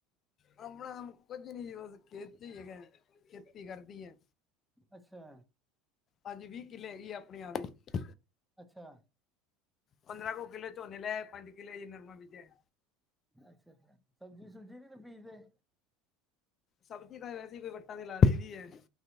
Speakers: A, on the left (about 40°); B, in the centre.
A: ਆਪਣਾ ਕੰਮ ਕੁਝ ਨਹੀਂ ਜੀ, ਬਸ ਖੇਤੀ ਹੀ ਹੈਗਾ ਖੇਤੀ ਕਰਦੀ ਏ
B: ਅੱਛਾ
A: ਹਾਂਜੀ ਵੀਹ ਕਿੱਲੇ ਹੈਗੀ ਆ ਆਪਣੇ ਆਵਦੇ
B: ਅੱਛਾ
A: ਪੰਦਰਾਂ ਕੁ ਕਿੱਲੋ ਝੋਨੇ ਲੈ ਪੰਜ ਕਿੱਲੇ ਜੀ ਨਰਮਾ ਬੀਜਿਆ ਏ
B: ਅੱਛਾ ਅੱਛਾ ਸਬਜ਼ੀ ਸੁਬਜੀ ਨੀ ਕੋਈ ਬੀਜਦੇ
A: ਸਬਜ਼ੀ ਤਾਂ ਵੈਸੇ ਹੀ ਕੋਈ ਵੱਟਾਂ ਤੇ ਲਾ ਲਈ ਦੀ ਏ